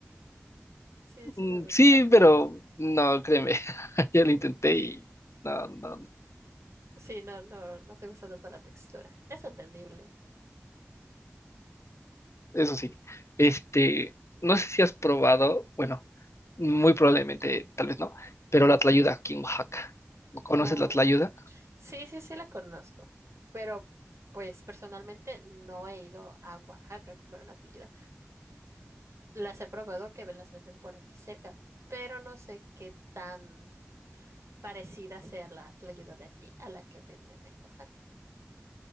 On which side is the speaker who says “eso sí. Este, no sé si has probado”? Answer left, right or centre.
Left